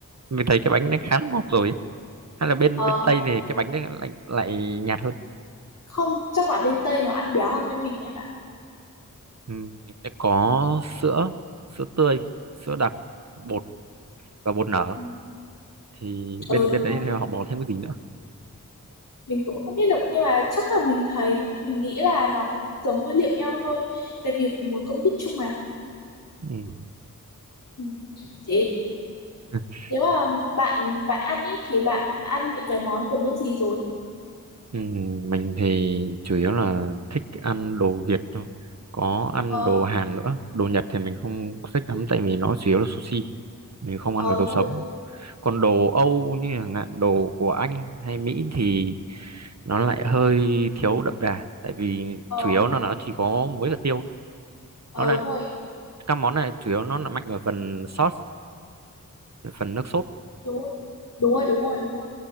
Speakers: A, on the right; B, on the left.
A: mình thấy cái bánh nó khá là ngọt rồi hay là bên
B: Ờ
A: bên Tây này cái bánh nó lại lại nhạt hơn
B: không chắc là bên Tây nó ăn béo hơn bên mình đấy bạn
A: ừ, mình đã có sữa sữa tươi sữa đặc bột và bột nở
B: ừ
A: thì
B: Ừ,
A: bên
B: đúng
A: bên đấy
B: rồi
A: thì họ bỏ thêm cái gì nữa
B: mình cũng không biết được nhưng mà chắc là mình thấy mình nghĩ là nó cũng giống nguyên liệu nhau thôi tại vì cùng một công thức chung mà
A: ừ.
B: ừ. Thế
A: <laughs>
B: nếu mà bạn bạn ăn ý thì bạn ăn những cái món của nước gì rồi
A: Ừ, mình thì chủ yếu là thích ăn đồ Việt thôi có ăn
B: ờ
A: đồ Hàn nữa đồ Nhật thì mình không thích lắm tại vì nó chủ yếu là sushi mình không
B: ờ
A: ăn được
B: đúng
A: đồ sống
B: rồi
A: còn đồ Âu như chẳng hạn đồ của Anh hay Mỹ thì nó lại hơi thiếu đậm đà tại vì
B: ờ
A: chủ yếu nó nó chỉ có muối và tiêu
B: ờ
A: nó lại
B: đúng rồi
A: các món này chủ yếu nó là mạnh ở phần sauce phần nước sốt
B: đúng rồi đúng rồi đúng rồi đúng rồi